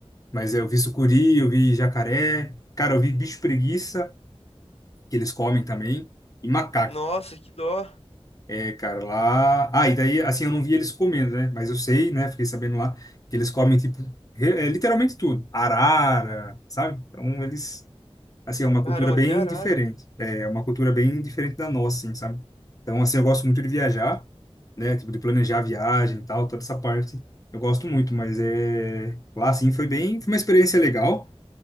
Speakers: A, on the left; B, on the left.
A: Mas é, eu vi sucuri, eu vi jacaré, cara, eu vi bicho preguiça, que eles comem também, e macaco.
B: nossa, que dó.
A: É, cara, lá. Ah, e daí, assim, eu não vi eles comendo, né? Mas eu sei, né? Fiquei sabendo lá que eles comem, tipo, re- é, literalmente tudo. Arara, sabe? Então, eles. Assim, é uma
B: Caramba,
A: cultura bem
B: até arara.
A: diferente. É é uma cultura bem diferente da nossa, assim, sabe? Então, assim, eu gosto muito de viajar, né? Tipo, de planejar a viagem e tal, toda essa parte. Eu gosto muito, mas é. Lá, assim, foi bem. Foi uma experiência legal,